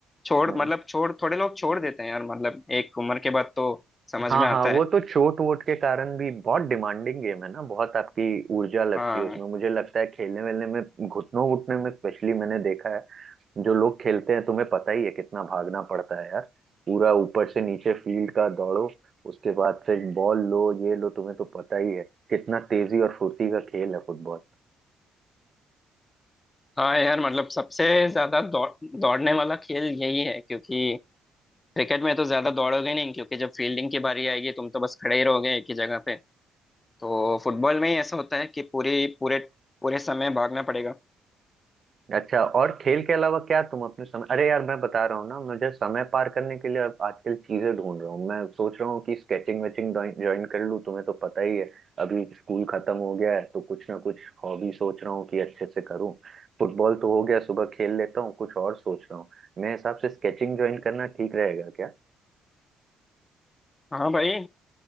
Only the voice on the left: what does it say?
छोड़
मतलब छोड़ थोड़े लोग छोड़ देते हैं यार मतलब एक उम्र के बाद तो समझ
में आता
है
हाँ
हाँ यार मतलब सबसे ज्यादा दौड़ दौड़ने वाला खेल यही है क्योंकि क्रिकेट में तो ज्यादा दौड़ोगे नहीं क्योंकि जब फील्डिंग की बारी आएगी तुम तो बस खड़े ही रहोगे एक ही जगह पे तो फुटबॉल में ही ऐसा होता है कि पूरी पूरे पूरे समय भागना पड़ेगा
हाँ भाई